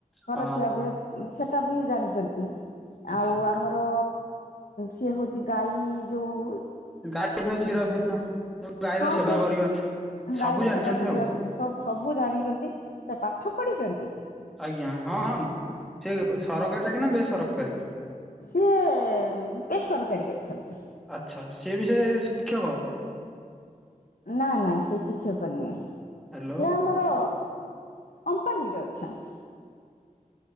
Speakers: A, on the left; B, in the centre.
A: ଘର
B: ହଁ
A: ଛିିଆ ହୁଏ ସେଟା ବି ଜାଣିଚନ୍ତି,
B: ଆଚ୍ଛା
A: ଆଉ ଆମ ତ‌ ସେ ହେଉଚି ଗାଈ ଯୋଉ
B: ଗାଈ ପାଇଁ କ୍ଷୀର ଫିର, ତେଣୁ ଗାଈର
A: ହଁ
B: ସେବା
A: ସିଏ
B: କରିବା। ସବୁ
A: ଗାଈର
B: ଜାଣିଛନ୍ତି
A: ସେବା କରିବା
B: ଆଉ
A: ସ ସ ସବୁ ଜାଣିଚନ୍ତି, ସେ ପାଠ ପଢିଚନ୍ତି?
B: ଆଜ୍ଞା ହଁ ହଁ, ସେ ସରକାରୀ ଚାକିରି ନା, ବେସରକାରୀ?
A: ସିଏ ବେସରକାରୀ କରିଛନ୍ତି।
B: ଆଛା, ସିଏବି ସେଇ ଶିକ୍ଷକ?
A: ନାଇଁ ନାଇଁ ସେ ଶିକ୍ଷକ ନୁହେଁ।
B: ହାଲୋ।
A: ସେ ଆମର କମ୍ପାନୀରେ ଅଛନ୍ତି।